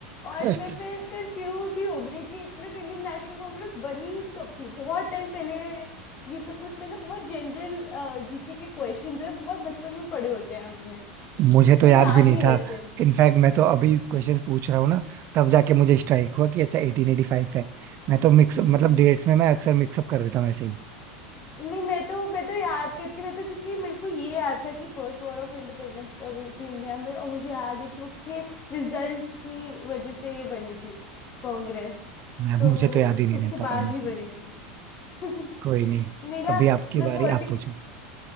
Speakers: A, on the right; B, on the left.
A: <laughs>
B: और मैं फिर कंफ्यूज ही हो गई कि एक मिनट इंडियन नेशनल कांग्रेस बनी कब थी बहुत टाइम पहले ये सब कुछ मैंने बहुत जनरल जीके के क्वेश्चंस है बहुत बचपन में पढ़े होते हैं हमने
A: मुझे तो
B: तो
A: याद
B: ये याद
A: भी नहीं
B: नहीं
A: था
B: रहते
A: इनफैक्ट मैं तो अभी क्वेश्चंस पूछ रहा हूँ ना तब जाके मुझे स्ट्राइक हुआ कि अच्छा 1885 है मैं तो मिक्स मतलब
B: हैं
A: डेट्स में मैं अक्सर मिक्सअप कर देता हूँ ऐसे ही
B: नहीं मैं तो मैं तो याद करके मैं तो क्योंकि मेरे को ये याद था कि फर्स्ट वॉर ऑफ इंडिपेंडेंस कब हुई थी इंडिया में और मुझे याद है कि उसके रिजल्ट की वजह से ये बनी थी कांग्रेस
A: मैं
B: तो
A: मुझे तो याद ही नहीं
B: उसके
A: रहता
B: बाद
A: ऑनेस्टली
B: ही बनी थी <laughs>
A: कोई नहीं
B: मेरा
A: अभी आपकी
B: मैं
A: बारी
B: पॉलिटिक
A: आप पूछो